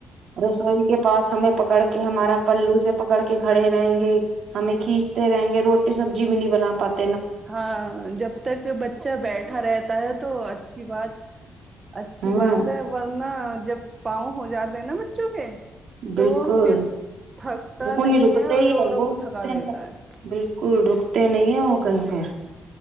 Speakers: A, on the right (about 65°); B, on the right (about 25°).
A: رسوئی کے پاس ہمیں پکڑ کے ہمارا پلو سے پکڑ کے خڑے ھے رہیں گے ہمیں کھینچتے رہیں گے روٹی روٹی سبزی بھی نہیں بنا پاتی
B: ہاں جب تک بچہ بیٹھا رہتا ہے تو اچھی بات اچھی
A: ہاں
B: بات ہے ورن جب پاؤں ہو جاتے ہیں نا بچوں کے تو
A: بالکل
B: وہ پھر تھکتا
A: وہ نہیں رکتے
B: اور
A: ہی
B: اوروں
A: ہے وہ
B: کو
A: نہیں
B: تھکا دیتا ہے
A: بالکل رکتے نہیں ہے وہ کہیں پھر